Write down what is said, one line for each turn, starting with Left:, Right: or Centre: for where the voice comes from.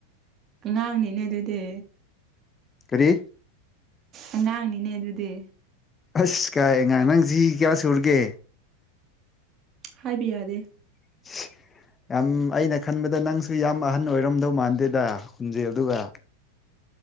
Right: ꯑꯉꯥꯡꯅꯤꯅꯦ ꯑꯗꯨꯗꯤ
Left: ꯀꯔꯤ
Right: ꯑꯉꯥꯡꯅꯤꯅꯦ ꯑꯗꯨꯗꯤ
Left: ꯑꯁ ꯀꯥꯏ ꯑꯉꯥꯡ ꯅꯪ ꯆꯍꯤ ꯀꯌꯥ ꯁꯨꯔꯒꯦ
Right: ꯍꯥꯏꯕ ꯌꯥꯗꯦ
Left: <inaudible> ꯌꯥꯝ ꯑꯩꯅ ꯈꯟꯕꯗ ꯅꯪꯁꯨ ꯌꯥꯝ ꯑꯍꯟ ꯑꯣꯏꯔꯝꯗꯧ ꯃꯥꯟꯗꯦꯗ ꯍꯨꯟꯖꯦꯟ ꯗꯨꯒ